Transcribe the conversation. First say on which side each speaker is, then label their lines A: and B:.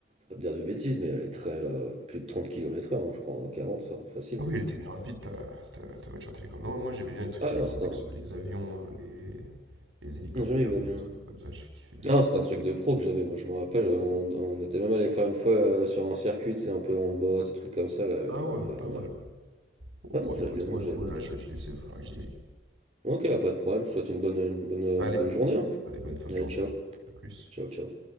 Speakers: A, on the right; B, on the right.
A: Pas te dire de bêtises, mais elle est très euh, plus de trente kilomètres h hein, je crois, hein, 40, enfin, facile.
B: Ah oui, elle était bien rapide ta, ta, ta voiture télécommandée. Non, moi j'aimais bien les trucs
A: Ah
B: télécommandés,
A: ouais, non, c'était un.
B: que ce soit les avions, euh, les, les hélicoptères,
A: Non, jamais eu l'avion,
B: des trucs
A: non.
B: comme ça, j'ai kiffé bien.
A: Non, c'était un truc de pro que j'avais, moi je me rappelle, euh, on, on était même allé faire une fois euh, sur un circuit, c'est un peu en bosse, des trucs comme ça, là, on,
B: Ah ouais,
A: l'a-
B: pas
A: on
B: mal.
A: avait...
B: Bon,
A: Ah
B: moi
A: non, j'avais
B: écoute,
A: bien,
B: moi,
A: j'avais
B: moi
A: bien.
B: là je vais te laisser, il va falloir que j'y aille.
A: Ok, pas de problème, je te souhaite une bonne, une bonne,
B: Allez,
A: bonne journée, hein.
B: allez, bonne fin
A: Allez,
B: de journée.
A: ciao,
B: À plus.
A: ciao, ciao.